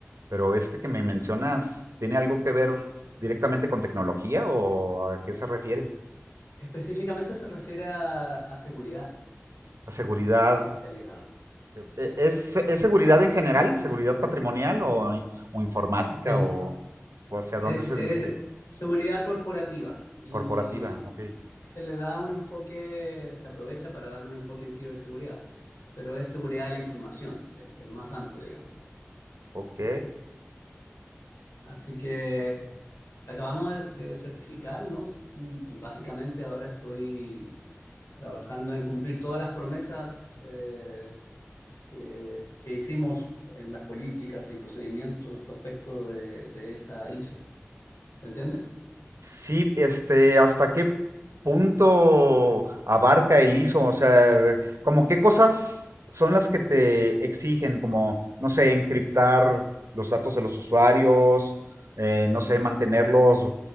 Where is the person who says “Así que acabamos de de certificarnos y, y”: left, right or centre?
Left